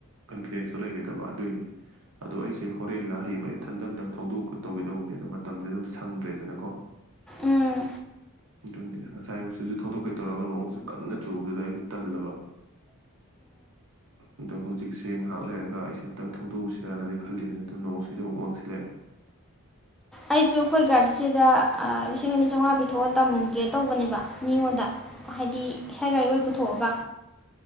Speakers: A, on the right; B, in the centre.
A: ꯀꯟꯐꯤꯗꯦꯟꯁꯇꯣ ꯂꯩꯒꯗꯕ ꯑꯗꯨꯏꯅꯦ ꯑꯗꯣ ꯑꯩꯁꯦ ꯍꯣꯔꯦꯟꯂꯥ ꯍꯌꯦꯡꯂ ꯏꯊꯟꯗ ꯑꯝꯇꯪ ꯊꯧꯗꯣꯛꯀ ꯇꯧꯒꯦꯗꯧꯕꯅꯤ ꯑꯗꯣ ꯃꯇꯝꯁꯦ ꯑꯗꯨꯝ ꯁꯪꯗ꯭ꯔꯦꯗꯅꯀꯣ
B: ꯎꯝ
A: ꯑꯗꯨꯅꯤꯗ ꯉꯁꯥꯏꯌꯁꯤꯁꯨ ꯊꯧꯗꯣꯛꯀꯦ ꯇꯧꯔꯒ ꯅꯣꯡꯗꯨꯁꯨ ꯀꯟꯅ ꯆꯨꯕꯗꯨꯗ ꯑꯩꯁꯨ ꯇꯜꯂꯕ ꯑꯗꯣ ꯍꯧꯖꯤꯛ ꯆꯦꯡ ꯉꯍꯥꯛ ꯂꯩꯔꯒ ꯑꯩꯁꯦ ꯑꯝꯇꯪ ꯊꯧꯗꯣꯛꯎꯁꯤꯔꯅꯗꯤ ꯈꯜꯂꯤꯅꯤ ꯑꯗꯨꯅ ꯅꯣꯡꯁꯤꯁꯨ ꯑꯃꯨꯛ ꯃꯪꯁꯤꯜꯂꯛꯑꯦ <inaudible>
B: ꯑꯩꯁꯨ ꯑꯩꯈꯣꯏ ꯒꯥꯔꯤꯁꯤꯗ ꯑ ꯂꯤꯁꯤꯡ ꯑꯅꯤ ꯆꯥꯝꯃꯉꯥ ꯄꯤꯊꯣꯛꯑ ꯇꯝꯒꯦ ꯇꯧꯕꯅꯦꯕ ꯃꯤꯉꯣꯟꯗ ꯍꯥꯏꯗꯤ ꯏꯁꯥꯏ ꯒꯔꯤ ꯑꯣꯏꯅ ꯄꯨꯊꯣꯛꯑꯒ